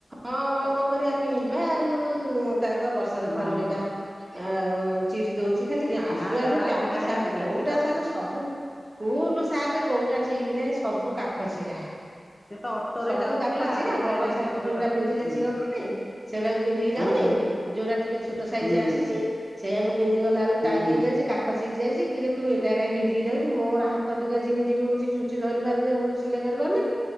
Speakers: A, on the right; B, on the left.
A: ହଁ ହଁ କଣ କରିବା କିଣି ପା ଆଉ ତାର ତ ବର୍ଷରେ
B: ହଁ
A: ଥରେ ଲେଖା
B: ହଁ
A: ଆଉ ଚିରି ଦଉଛି ଖାଲି
B: ନା
A: ଆସୁ ଆସୁ
B: ତାର
A: ପ୍ୟାଣ୍ଟ
B: କିଣା
A: ସାର୍ଟ
B: ହେଇନଥିଲା
A: କୋଉଟା
B: ସେ ତ
A: ସାର ସବୁ ସ୍କୁଲ ସାର୍ଟ କୋଉଟା ଠିକ୍ ନାହିଁ ସବୁ କାଖ ଚିରା।
B: ସେ ତ ଅଟୋରେ
A: ସବୁ
B: ଯାଉଥିଲା
A: କାଖ ଚିରା
B: ଏଥିପାଇଁ
A: ବଡ
B: ରେନିକୋଟ
A: ସା ଯୋଉରା
B: ଦରକାର।
A: ପିନ୍ଧିଲେ
B: ହୁଁ
A: ଚିରନ୍ତୁନି ସେଢାକୁ ପିନ୍ଧିକି ଯାଉନି
B: ହୁଁ
A: ଯୋଉରା ଟିକେ ଛୋଟ ସାଇଜ
B: ହୁଁ
A: ଆସିଛି ସେଆକୁ ପିନ୍ଧି ଗଲା ବେଳକୁ
B: ହୁଁ।
A: ଟାଇଟ ହେଇ ଯାଉଛି କାଖ ଚିରି ଯାଇଛି କିରେ ତୁ ଏଟା କାଇଁ ପିନ୍ଧି କି ଯାଉଛୁ। ମୋର ହାତ ଟିକେ ଝିମି ଯିମି ହଉଛି ଛୁଞ୍ଚି ଧରି ପାରୁନି ମୁଳୁରୁ ସିଲେଇ କରି ପାରୁନି